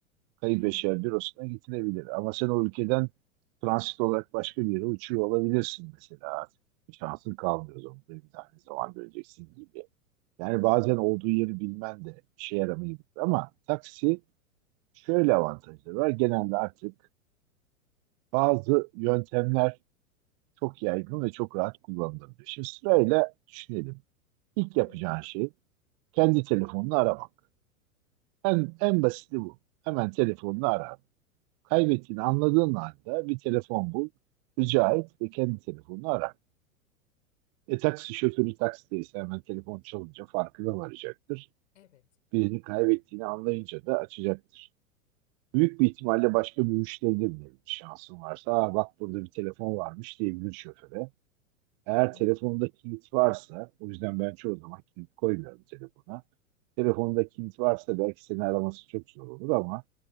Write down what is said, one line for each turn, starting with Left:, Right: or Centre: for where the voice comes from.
Right: kayıp
Left: Hı
Right: eşya
Left: hı.
Right: bürosuna getirebilir. Ama sen o ülkeden transit olarak başka bir yere uçuyor olabilirsin mesela artık. Bir şansın kalmıyor zorunda Bir tane zaman göreceksin gibi. Yani bazen olduğu yeri bilmen de işe yaramayabilir ama taksi Şöyle avantajları var. Genelde artık bazı yöntemler çok yaygın ve çok rahat kullanılabilir. Şimdi sırayla düşünelim. İlk
Left: Hı
Right: yapacağın
Left: hı.
Right: şey kendi telefonunu aramak. En, en basiti bu. Hemen telefonunu ara. Kaybettiğini anladığın anda bir telefon bul, rica et ve kendi telefonunu ara. E taksi şoförü taksideyse hemen telefon çalınca farkına varacaktır.
Left: Evet.
Right: Birini kaybettiğini anlayınca da açacaktır. Büyük bir ihtimalle başka bir müşteride bile şansın varsa Aa, bak burada bir telefon varmış diyebilir şoföre. Eğer
Left: Hı hı.
Right: telefonda kilit varsa, o yüzden ben çoğu zaman kilit koymuyorum telefona. Telefonda kilit varsa belki seni araması çok zor olur ama